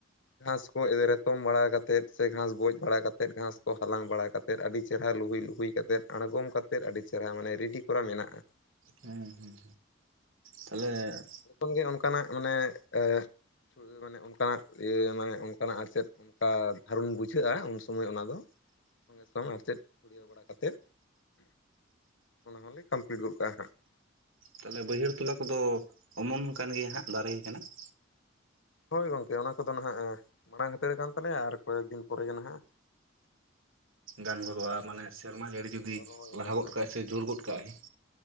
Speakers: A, on the left; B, on the right.
A: ᱜᱷᱟᱥ ᱠᱚ ᱮᱨᱮᱛᱚᱢ ᱵᱟᱲᱟ ᱠᱟᱛᱮᱫ ᱥᱮ ᱜᱷᱟᱥ ᱜᱚᱡ ᱵᱟᱲᱟ ᱠᱟᱛᱮᱫ ᱜᱷᱟᱥ ᱠᱚ ᱦᱟᱞᱟᱝ ᱵᱟᱲᱟ ᱠᱟᱛᱮᱫ ᱛᱮᱫ ᱟᱹᱰᱤ ᱪᱮᱦᱨᱟ ᱞᱩᱜᱩᱭ ᱞᱩᱜᱩᱭ ᱠᱟᱛᱮᱫ ᱟᱬᱜᱚᱢ ᱠᱟᱛᱮᱫ ᱟᱹᱰᱤ ᱪᱮᱦᱨᱟ ᱢᱟᱱᱮ ᱨᱮᱰᱤ ᱠᱚᱨᱟᱣ ᱢᱮᱱᱟᱜᱼᱟ ᱾
B: ᱦᱮᱸ ᱦᱩᱸ ᱛᱟᱦᱞᱮ
A: ᱦᱮᱸ
B: ᱾
A: ᱡᱚᱠᱷᱚᱱ ᱜᱮ ᱚᱱᱠᱟᱱᱟᱜ ᱢᱟᱱᱮ ᱮᱻ ᱢᱟᱱᱮ ᱚᱱᱠᱟᱱᱟᱜ ᱤᱭᱟᱹ ᱢᱟᱱᱮ ᱚᱱᱠᱟᱱᱟᱜ ᱟᱨ ᱪᱮᱫ ᱚᱱᱠᱟ ᱫᱷᱟᱨᱩᱱ ᱵᱩᱡᱷᱟᱹᱜᱼᱟ ᱩᱱ ᱥᱚᱢᱚᱭ ᱚᱱᱟ ᱫᱚ ᱥᱚᱸᱜᱮ ᱥᱚᱝ ᱟᱨ ᱪᱮᱫ ᱪᱩᱲᱭᱟᱹᱣ ᱵᱟᱲᱟ ᱠᱟᱛᱮᱫ ᱚᱱᱟ ᱦᱚᱸᱞᱮ ᱠᱚᱢᱯᱞᱤᱴ ᱜᱚᱫ ᱠᱟᱜᱼᱟ ᱦᱟᱸᱜ ᱾
B: ᱛᱟᱦᱞᱮ ᱵᱟᱹᱭᱦᱟᱹᱲ ᱛᱚᱞᱟ ᱠᱚᱫᱚ ᱚᱢᱚᱱ ᱠᱟᱱ ᱜᱮᱭᱟ ᱦᱟᱸᱜ ᱫᱟᱨᱮ ᱟᱠᱟᱱᱟ ᱾
A: ᱦᱳᱭ ᱜᱚᱝᱠᱮ ᱚᱱᱟ ᱠᱚᱫᱚ ᱱᱟᱦᱟᱸᱜ ᱢᱟᱲᱟᱝ ᱦᱟᱹᱛᱟᱹᱲ ᱠᱟᱱ ᱛᱟᱞᱮᱭᱟ ᱟᱨ ᱠᱚᱭᱮᱠ ᱫᱤᱱ ᱯᱚᱨᱮ ᱜᱮ ᱱᱟᱦᱟᱸᱜ
B: ᱜᱟᱱ ᱜᱚᱫᱚᱜᱼᱟ ᱢᱟᱱᱮ ᱥᱮᱨᱢᱟ ᱡᱟᱹᱲᱤ ᱡᱩᱫᱤ
A: ᱨᱚᱦᱚᱭᱟᱞᱮ
B: ᱞᱟᱦᱟ
A: ᱦᱮᱸ
B: ᱜᱚᱫ
A: ᱦᱮᱸ
B: ᱠᱟᱜᱼᱟᱭ ᱥᱮ ᱡᱳᱨ ᱜᱚᱫ ᱠᱟᱜᱼᱟᱭ